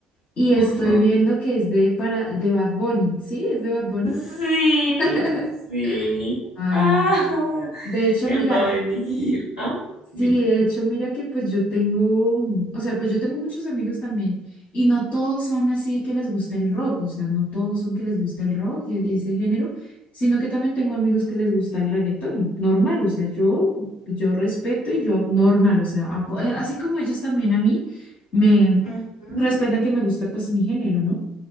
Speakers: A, on the left; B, on the left.
A: y estoy
B: no.
A: viendo que es de, para, de Bad Bunny, ¿sí? ¿Es de Bad Bunny?
B: Sí,
A: <laughs>
B: sí.
A: Ay,
B: Ah,
A: no. De hecho,
B: él
A: mira.
B: va a venir, ¿no? Dime.
A: Sí, de hecho, mira que pues yo tengo, mm, o sea, pues yo tengo muchos amigos también y no todos son así que les gusta el rock, o sea, no todos son que les gusta el rock y y ese género, sino que también tengo amigos que les gusta el reggaetón, normal, o sea, yo, yo respeto y yo normal, o sea, apo- eh, así como ellos también a mí me
B: Ujú,
A: respetan que me gusta pues mi género, ¿no?